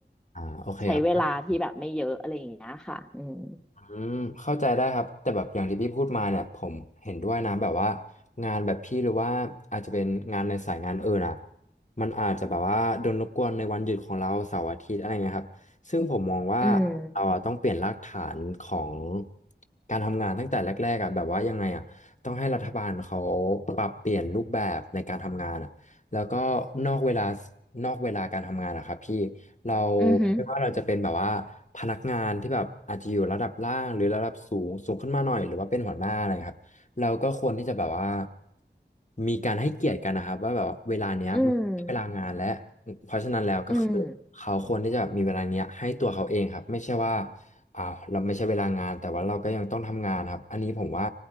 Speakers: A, on the left; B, in the centre.
A: อ่าโอเคครับ
B: ใช้เวลาที่แบบไม่เยอะอะไรอย่างเงี้ยค่ะอืม
A: อืมเข้าใจได้ครับแต่แบบอย่างที่พี่พูดมาเนี่ยผมเห็นด้วยนะแบบว่างานแบบพี่หรือว่าอาจจะเป็นงานในสายงานอื่นอ่ะมันอาจจะแบบว่าโดนรบกวนในวันหยุดของเราเสาร์อาทิตย์อะไรเงี้ยครับซึ่งผมมองว่าเราอะต้องเปลี่ยนรากฐานของ
B: อืม
A: การทำงานตั้งแต่แรกๆอ่ะแบบว่ายังไงอ่ะต้องให้รัฐบาลเขาปรับเปลี่ยนรูปแบบในการทำงานอ่ะแล้วก็นอกเวลานอกเวลาการทำงานนะครับพี่ เรา
B: อือหือ
A: ไม่ว่าเราจะเป็นแบบว่าพนักงานที่แบบอาจจะอยู่ระดับล่างหรือระดับสูงสูงขึ้นมาหน่อยหรือว่าเป็นหัวหน้าอะไรครับเราก็ควรที่จะแบบว่ามีการให้เกียรติกันนะครับว่าแบบเวลาเนี้ยมันเวลางานและ
B: อืม
A: เพราะฉะนั้นแล้วก็คือเขาควรที่จะมีเวลาเนี้ยให้ตัวเขาเองครับไม่ใช่ว่า
B: อืม
A: อ่าวเราไม่ใช่เวลางานแต่ว่าเราก็ยังต้องทำงานครับอันนี้ผมว่า